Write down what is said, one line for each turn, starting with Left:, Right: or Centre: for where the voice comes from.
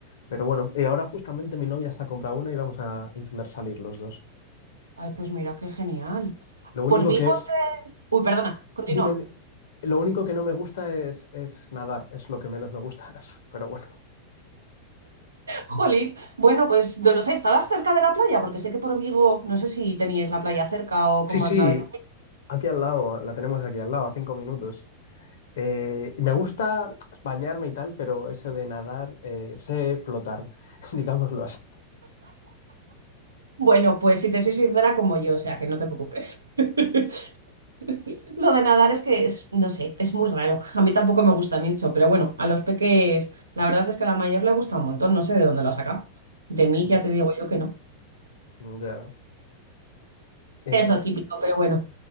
Left: pero bueno, y ahora justamente mi novia se ha comprado una y vamos a intentar salir los dos.
Right: Ay, pues mira, qué genial.
Left: Lo único
Right: Por Vigo
Left: que,
Right: se... Uy, perdona, continúa.
Left: dime, di- lo único que no me gusta es, es nadar, es lo que menos me gusta, <laughs> pero bueno.
Right: Jolín, bueno, pues no lo sé, ¿estabas cerca de la playa? Porque sé que por Vigo, no sé si teníais la playa cerca o
Left: Sí,
Right: cómo
Left: sí,
Right: andabais.
Left: aquí al lado, la tenemos aquí al lado, a cinco minutos. Eh, me gusta bañarme y tal, pero eso de nadar, eh, sé flotar, <laughs> digámoslo así.
Right: Bueno, pues si te soy sincera como yo, o sea que no te preocupes. <laughs> Lo de nadar es que es, no sé, es muy raro. A mí tampoco me gusta mucho, pero bueno, a los peques, la verdad es que a la mayor le gusta un montón, no sé de dónde lo ha sacado. De mí
Left: Mm,
Right: ya te digo yo que no.
Left: Ya. Eh,
Right: Es lo típico, pero bueno.